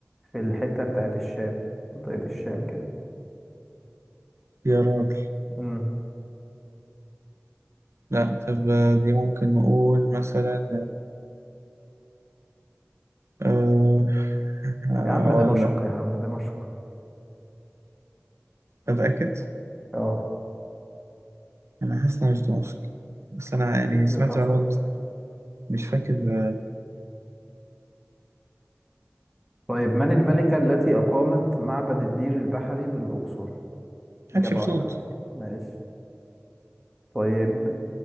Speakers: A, in the centre; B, on the right.
A: في الحتة بتاعت الشام منطقة الشام كده
B: يا راجل
A: امم
B: لا طب آه، دي ممكن نقول مثلا أه آه،
A: يا عم
B: أقول
A: دمشق
B: لك
A: يا عم دمشق
B: أتأكد
A: اه
B: أنا حاسس إنها مش دمشق بس أنا يعني
A: دمشق
B: سمعت المعلومة دي بس مش فاكر آه،
A: طيب من الملكة التي أقامت معبد الدير البحري بالأقصر إجابة
B: حتشبسوت
A: واحدة بس ماشي طيب